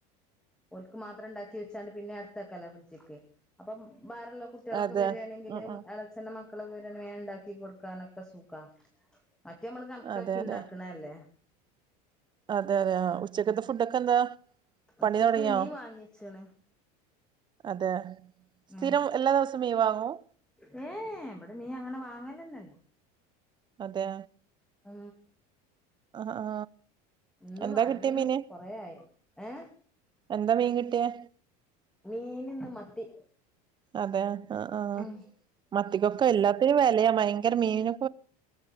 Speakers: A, in the centre; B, on the right.
A: ഒലുക്ക് മാത്രം ഉണ്ടാക്കി വെച്ചാണ്ട് പിന്നെ അടുത്തക്കല ഫ്രിഡ്ജിക്ക് അപ്പം ബ <unintelligible> കുട്ടികളൊക്കെ
B: അതെ
A: വരിുകയാണെങ്കിൽ
B: ഉം ഉം
A: ച്ചെെന്നക്ക <unintelligible> മക്കലൊക്കെ വരാങ്കിൽ ഉൺ ണ്ടാക്കി കൊടുക്കാനൊക്കെ സുഖാ മറ്റേ നമ്മൾ കണക്കാക്കി
B: അതെ അതെ
A: ഉണ്ടാക്കണ അല്ലേ
B: അതെ അതെ ഉച്ചക്കത്തെ ഫുഡ്ൊക്കെ എന്താ പണി
A: ഉച്ചക്ക്
B: തൊടങ്ങിയോ
A: മീൻ വാങ്ങിയച്ചാണ്
B: അതെ സ്ഥിരം
A: ഉം,
B: എല്ലാ ദിവസവും മീൻ വാങ്ങും
A: ഉം. ഇവിടെ മീൻ അങ്ങനെ വാങ്ങ ല്ല
B: അതെ
A: ആ
B: ആ ആ
A: ഇന്ന്
B: എന്താ
A: വാങ്ങീണ്
B: കിട്ടിയ മീന്
A: കൊറയായി ഏ
B: എന്താ മീൻ കിട്ടിയേ
A: മീൻ ഇന്ന് മ മത്തി
B: അതെ ആ ആ
A: ഉം
B: മത്തിക്കൊക്കെ എല്ലാത്തിനും വിലയാ ഭയ ഭയങ്കരാ മീനിനോ